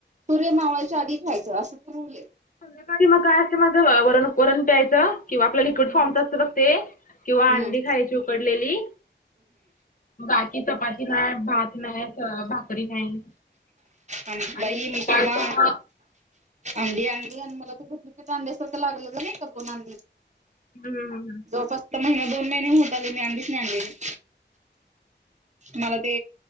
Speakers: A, on the right; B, on the left.
A: सूर्य मावळाच्या आधी खायचं असं फ्रुरुले
B: संध्याकाळचं मग काय असते माझं वर, वरण प्यायचं किंवा आपल्या लिक्विड
A: हम्म.
B: फॉर्मच असतं बघ ते किंवा
A: हम्म.
B: अंडी खायची उकडलेली बाकी चपाती नाय, भात नाय, भाकरी नाही
A: आमं
B: आणि
A: बाई मी
B: सकाळचं
A: परवा
B: मग
A: अंडी आणली आणि मला ते डुबलीकेट अंड्यासारखं लागल नाही का दोन अंडी
B: हम्म, हम्म
A: जवळपास, महिना दोन महिने होत आले मी अंडीचं नाही आणलेली मला ते